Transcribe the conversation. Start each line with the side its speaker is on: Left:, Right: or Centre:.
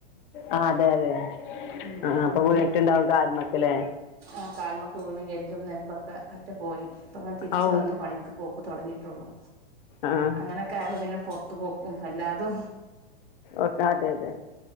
Left: ആ അതെ അതെ
Right: ഉം
Left: ആഹ് അപ്പൊ വീണ്
Right: പിന്നെ
Left: ട്ട്ണ്ടാവും കാല്മ്മക്ക്‌ ലേ
Right: ആ കാല്മക്ക്‌ വീണ് എല്ലും നെരമ്പൊക്കെ അറ്റ പോയി ഇപ്പ അങ്ങനെ തിരിച്ച്
Left: ഔ
Right: വന്ന് പണിക്ക്‌ പോക്ക് തുടങ്ങിയിട്ടൊള്ളു
Left: ആഹ്
Right: അങ്ങനൊക്കെ ആയപ്പൊ പിന്നെ പൊറത്തു പോക്കും അല്ലാതും
Left: ഒക്കെ അതെ അതെ